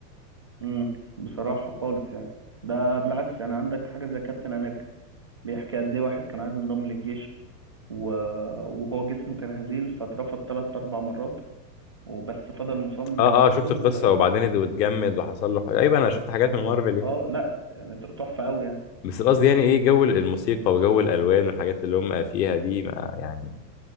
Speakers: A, on the right (about 20°); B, on the left (about 80°).
A: امم بصراحه خالص يعني ده بالعكس يعني عندك حاجه زي كابتن امريكا بيحكي قد ايه واحد كان عايز ينضم للجيش و... وهو جسمه كان هزيل فاترفض ثلاث اربع مرات وبس فضل مصمم
B: اه
A: انه يدخل
B: اه شفت القصه وبعدين ات- اتجمد وحصل له حاجة. ايوه انا شفت حاجات من مارفل يعني
A: اه لا يعني ت- تحفه قوي يعني
B: بس قصدي يعني ايه جو الموسيقى وجو الالوان والحاجات اللي هم فيها دي ما يعني